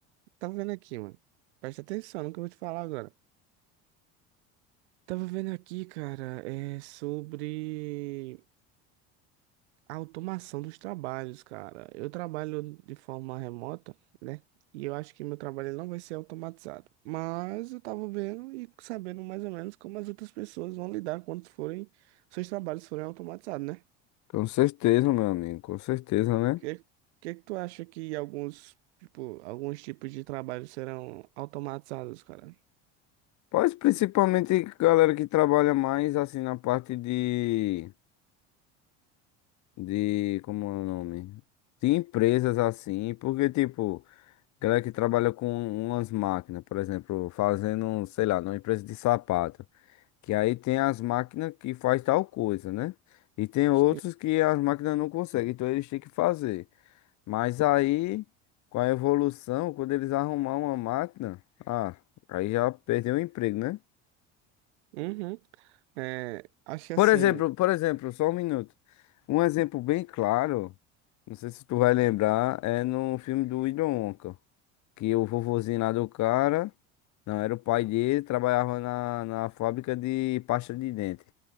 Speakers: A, on the right; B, on the left.
A: tava vendo aqui, mano. Presta atenção no que eu vou te falar agora. Tava vendo aqui, cara, é sobre a automação dos trabalhos, cara. Eu trabalho de forma remota, né? E eu acho que meu trabalho ele não vai ser automatizado. Mas eu tava vendo e sabendo mais ou menos como as outras pessoas vão lidar quando forem, seus trabalhos forem automatizados, né?
B: Com certeza, meu amigo, com certeza, né?
A: que, que que tu acha que alguns, tipo, alguns tipos de trabalho serão automatizados, cara?
B: Pois principalmente galera que trabalha mais assim na parte de, de, como é o nome? De empresas assim, porque tipo, galera que trabalha com umas máquinas, por exemplo, fazendo, sei lá, numa empresa de sapato. Que aí tem as máquinas que faz tal coisa, né? E tem outros
A: Sim.
B: que as máquinas não conseguem, então eles têm que fazer. Mas aí, com a evolução, quando eles arrumar uma máquina, ah, aí já perdeu o emprego, né?
A: Uhum. É, acho que assim,
B: Por exemplo, por exemplo, só um minuto. Um exemplo bem claro, não sei se tu vai lembrar, é no filme do Willy Wonka, que o vovozinho lá do cara, não, era o pai dele, trabalhava na, na fábrica de pasta de dente.